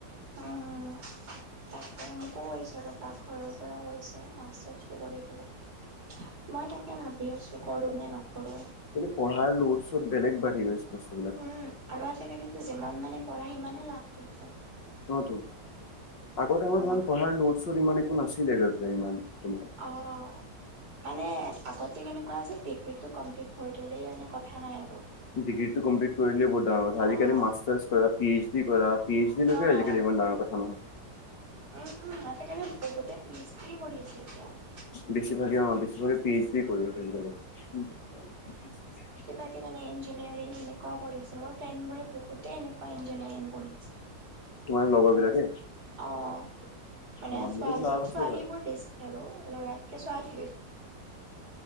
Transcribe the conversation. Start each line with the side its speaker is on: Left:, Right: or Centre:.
Right: অ'। তাকে মোকো কৈছে ৰ তাক ঘৰৰ পৰাও কৈছে মাষ্টাৰ্ছটো কৰি বলে। মই তাকে ভাবি আছো কৰো নে নকৰো।
Left: পঢ়াৰ ল'ড চ'ত বেলেগ বাঢ়ি গৈছে বস্তু।
Right: উম, আৰু আজিকালিতো যিমান মানে পঢ়া সিমানে লাভ দিয়চোন।
Left: অ' তু আগৰ টাইমত
Right: অ',
Left: ইমান পঢ়াৰ লড- চড ইমান একো নাছিলে গৈ পেলাই ইমান তোমাৰ।
Right: অঁ। মানে আগতে কেনেকুৱা আছিল ডিগ্ৰীতটো কমপ্লিট হৈ থলেই মানে কথা নাই আৰু।
Left: ডিগ্ৰী টো কমপ্লি কৰিলে বহুত ডাঙৰ কথা আজিকালি
Right: অ',
Left: মাষ্টাৰ্ছ কৰা পি এইচ ডি কৰা পি এইচ যছিলৈকে
Right: অ',
Left: আজিকিমান ডাঙৰ কথা নহয়।
Right: উম, উম সেই কাৰণে বহুতে পি এইচ যিয়ে কৰি আছে এতিয়া। <unintelligible>
Left: বেছিভাগে অ বেছিভাগে পি এইচ ডি কৰি <unintelligible>
Right: বাকী মানে ইঞ্জিনাৰিং এনেকুৱও কৰিছে মোৰ ফ্ৰেণ্ড বোৰে বহুতে এনেকুৱা ইঞ্জিনিয়াৰিং কৰিছে।
Left: তোমাৰ লগৰ বিলাকে?
Right: অ'
Left: অ
Right: মানে
Left: সেইটোত
Right: ছোৱালী
Left: লাভ
Right: -
Left: আছে
Right: ছোৱালী
Left: বাৰু
Right: বোৰ বেছি আৰু লৰাতকে ছোৱালী বেছি।